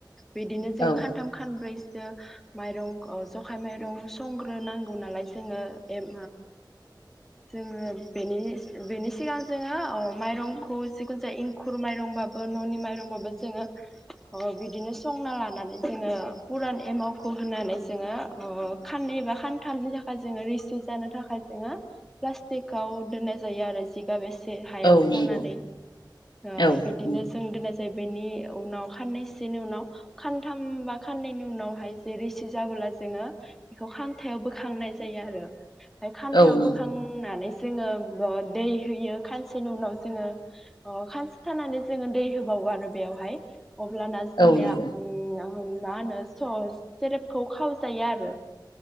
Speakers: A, in the centre; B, on the left (about 65°).
A: बिदिनो जोङो
B: औ
A: खानथाम खानब्रैसो माइरं ओ जखाय माइरं संग्रो नां गौ नालाय जोङो ओ जोङो बेनि बेनि सिगां जोङो अ माइरंखौ जिखुनु जाया खुर माइरंबाबो न'नि माइरंबाबो जोङो अ बिदिनो संना लानानै जोङो पुरान एमावखौ होनानै जोङो ओ खाननै एबा खान्थामनि थाखाय जोङो रिसि जानो थाखाय जोङो प्लास्टिकाव दोननाय जायो आरो जिगाब बेसे हायाव
B: औ नंगौ
A: बनानै ओ
B: औ
A: बिदिनो
B: नंगौ
A: जों दोननाय जायो बेनि उनाव खाननैसोनि उनाव खानथाम बा खाननैनि उनावहाय जे रिसि जाबोला जोङो बेखौ खानथायाव बोखांनाय जायो आरो ओमफ्राय खान्थायाव
B: औ नंगौ
A: बोखांनानै जोङो दै होयो खानसेनि उनाव जोङो ओ खानसे थानानै जोङो दै होबावो आरो बेयावहाय अब्लाना जोंनिया
B: औ नंगौ
A: उ उ मा होनो सस सेरेपखौ खावजायो आरो